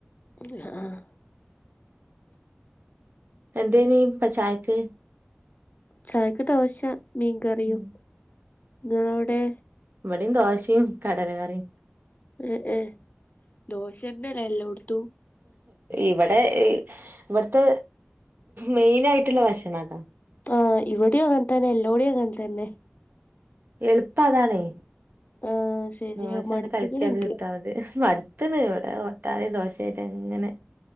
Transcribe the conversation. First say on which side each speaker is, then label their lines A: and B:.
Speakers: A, on the left; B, on the right.
A: ആഹ് ആഹ്
B: എന്തേനി ചായക്ക്
A: ചായക്ക് ദോശ മീൻകറിയും
B: ഉം
A: നിങ്ങളവിടെ
B: ഇവിടെ ദോശയും കടലകറി
A: ഏ ഏ ദോശന്നല്ലേ എല്ലാം കൊടുത്തു
B: ഇവിടെ ഇവിടുത്തെ മെയിൻ ആയിട്ടുള്ള ഭക്ഷണം അതാ
A: ആഹ് ഇവിടെ അങ്ങൻതന്നെ എല്ലോടെയും അങ്ങ തന്നെ
B: എളുപ്പ അതാണേ
A: ആഹ് ശരിയാ
B: ദോശയാണ്
A: മടുത്ത്ക്ക്ണ്
B: കളിക്കന്ന്
A: ഇൻക്ക്
B: കി മടുത്തണ് ഇവിടെ ഒട്ടാന ദോശായിട്ട അങ്ങനെ